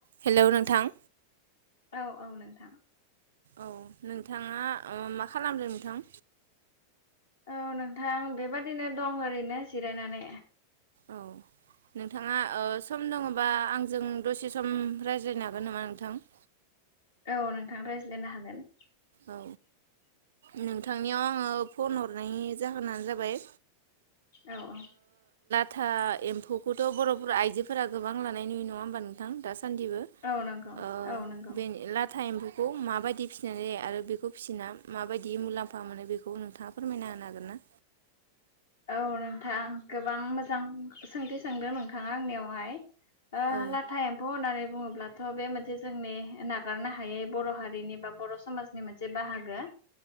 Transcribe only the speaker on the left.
औ औ नोंथां।
औ नोंथां बेबादिनो दं ओरैनो जिरायनानै।
औ नोंथाङा रायज्लायनो हागोन।
औ औ।
औ औ नंगौ
औ नंगौ
औ नोंथां गोबां मोजां सोंथि सोंदों नोंथाङा आंनियावहाय। ओ
लाथा एम्फौ होननानै बुङो ब्लाथ' बे मोनसे जोंनि नागारनो हायै बर' हारिनि बा बर' समाजनि मोनसे बाहागो।